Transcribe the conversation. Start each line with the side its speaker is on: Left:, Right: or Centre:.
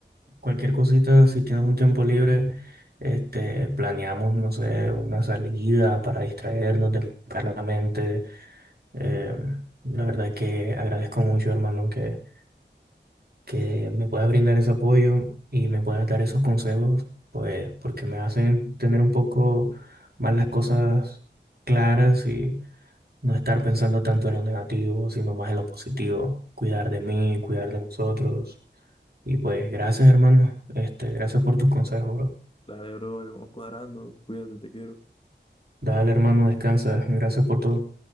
Right: cualquier cosita, si tienes un tiempo libre, este, planeamos, no sé, una salida para distraernos de la mente. Eh, la verdad que agradezco mucho, hermano, que que me puedas brindar ese apoyo y me puedas dar esos consejos, pues porque me hacen tener un poco más las cosas claras y no estar pensando tanto en lo negativo, sino más en lo positivo, cuidar de mí, cuidar de nosotros. Y pues gracias, hermano. Este, gracias por tus consejos, bro.
Left: Dale, bro, vamos cuadrando. Cuídate, te quiero.
Right: Dale, hermano, descansa. Gracias por todo.